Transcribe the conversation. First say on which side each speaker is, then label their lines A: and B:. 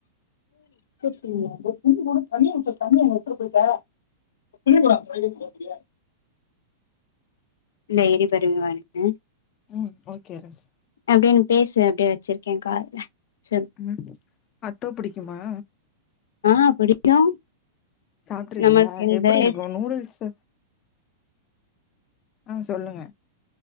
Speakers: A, on the left (about 85°); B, on the left (about 30°).
A: சங்க ஒரு கூட தண்ணி வச்ச தண்ணி வச்சட்டு போயிட்ட இழுக்குறோ இந்த இடிப்பருவி வாங்கிட்டே.
B: ம் ஓகே ரஸ்
A: ஓகே நீ பேசு அப்டியே வெச்சிருக்கே காதுல. சொல்
B: ம் அத்தோ புடிக்குமா?
A: ஆ பிடிக்கு
B: சாப்ட்ருக்கியா
A: நம்மள்க் இந்
B: எப்டி
A: டேஸ்
B: இருக்கு நூடுல்ஸ் ஆ சொல்லுங்க.